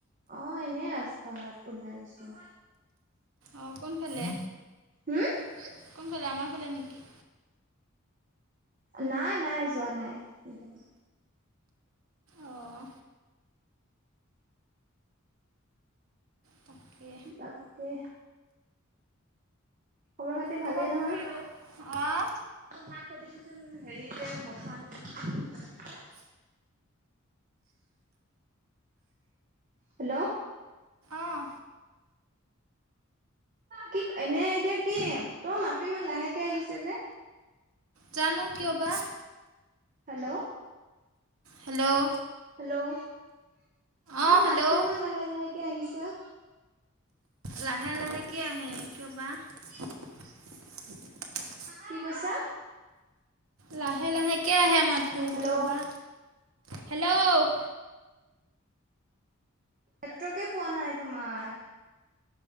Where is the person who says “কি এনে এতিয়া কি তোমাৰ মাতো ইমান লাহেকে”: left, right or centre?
Right